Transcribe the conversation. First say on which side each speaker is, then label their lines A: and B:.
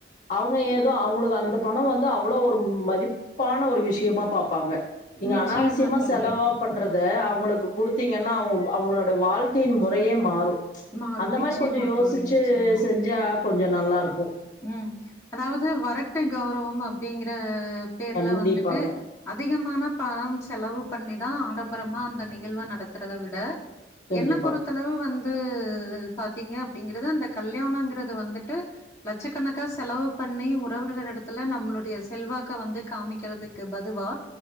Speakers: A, on the left (about 40°); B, on the left (about 15°).
A: அவுங்க ஏது அது அந்த பண வந்து அவ்வளவு ஒரு மதிப்பான ஒரு விஷய முக்கியமா பாப்பாங்க நீங்க
B: நிச்சயமா
A: அனாவசியமா
B: தோழி.
A: செலவா பண்றது இத அவுங்களுக்கு குடுத்தீங்கன்னா அவுங்க அவங்களோட வாழ்க்கை முறையே மாறு ச்
B: மாறும்.
A: அந்த
B: நிச்சயமா
A: மாரி கொஞ்ச யோசிச்சு
B: தோழி, நிச்சயமா.
A: செஞ்சா கொஞ்ச நல்லா இருக்கு
B: ம் அதாது வறட்டு கௌரவ அப்டிங்கற பேர்ல
A: கண்டிப்பாங்க
B: வந்துட்டு அதிகமானப் பம் செலவு பண்ணிதா ஆடம்பரமா அந்த நிகழ்வ நடத்துறத விட
A: கண்டிப்பாங்க
B: என்ன பொறுத்தளவு வந்து உஉ பாத்தீங்க அப்டிங்கறது அந்த கல்யாணங்கறது வந்துட்டு லட்சக்கணக்காக செலவு பண்ணி உறவுகள் எடத்துல நம்மளுடைய செல்வாக்க வந்து காமிக்கறதுக்கு பதுவா